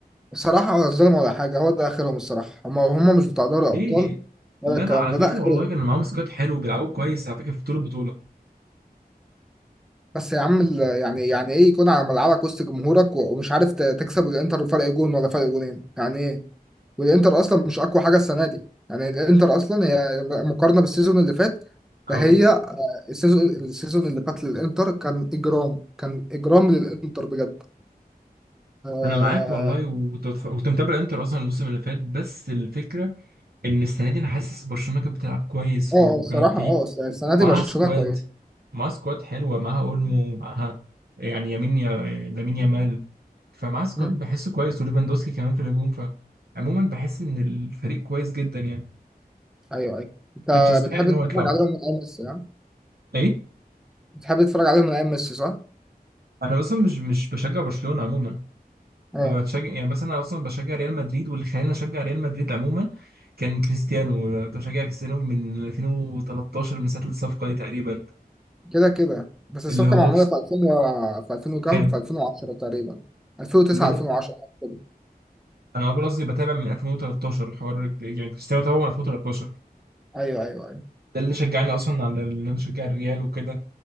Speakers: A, in the centre; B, on the right.
A: بصراحة ظلم ولا حاجة هو ده آخرهم الصراحة هما هما مش بتاع دوري
B: ليه؟
A: أبطال ولا
B: لا
A: الكلام
B: لا على
A: ده
B: فكرة
A: ده آخرهم
B: والله كان معاهم سكواد حلو وبيلعبوا كويس على فكرة في طول البطولة
A: بس يا عم ال- يعني يعني إيه يكون على ملعبك وسط جمهورك و- ومش عارف ت- تكسب الإنتر فرق جون ولا فرق جونين يعني إيه والإنتر أصلا مش أقوى حاجة السنة دي يعني الإنتر أصلا هي مقارنة بالسيزون اللي فات
B: اه
A: فهي آه، السيزون السيزون اللي فات للإنتر كان إجرام كان إجرام للإنتر بجد آه
B: انا معاك والله وتتف- وكنت بتف- كنت متابع انتر اصلا الموسم اللي فات بس الفكرة ان السنة دي انا حاسس برشلونة كانت بتلعب كويس
A: آه آه،
B: وكان
A: الصراحة
B: في
A: آه السنة
B: ومعاها
A: دي برشلونة
B: سكواد
A: كويس
B: معاها سكواد حلوة معاها اولمو معاها يعني يمين يا لامين يامال فمعاها سكواد
A: مم.
B: بحسه كويس وليفاندوسكي كمان في الهجوم فعموما بحس ان الفريق كويس جدا يعني
A: أيوه أيوه أنت
B: ما كانش يستحق
A: بتحب
B: ان هو
A: تتفرج
B: يطلع
A: عليهم من أول السنة
B: ايه
A: بتحب تتفرج عليهم من ايام ميسي صح؟
B: انا اصلا مش مش بشجع برشلونة عموما
A: اه
B: انا بشجع يعني مثلا انا اصلا بشجع ريال مدريد واللي خلاني اشجع ريال مدريد عموما كان كريستيانو كنت بشجع كريستيانو من 2013 من ساعه الصفقه دي تقريبا
A: كده كده بس الصفقه
B: اللي هو
A: معموله
B: بس
A: في 2000 و... في 2000 وكام؟
B: وكان
A: في 2010 تقريبا 2009
B: بت...
A: 2010 كده
B: انا اول قصدي بتابع من 2013 الحوار يعني كريستيانو تابعه من 2013
A: ايوه ايوه ايوه
B: ده اللي شجعني اصلا على ان انا اشجع الريال وكده